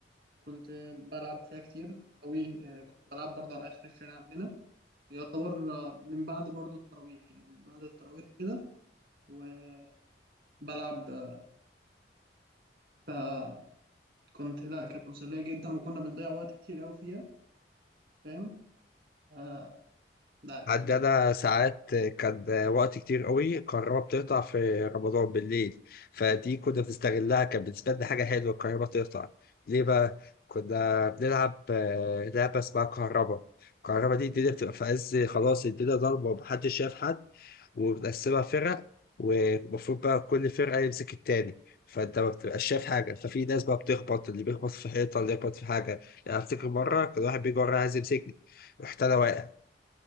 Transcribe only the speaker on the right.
كنت بلعب فيها كتير أوي آه، كنت بلعب برضه على آخر الشارع عندنا يعتبر آه، من بعد برضه التراويح يعني من بعد التراويح كده وبلعب آه، فكنت لا كانت مسلية جدا وكنا بنضيع وقت كتير أوي فيها فاهم آه لا كان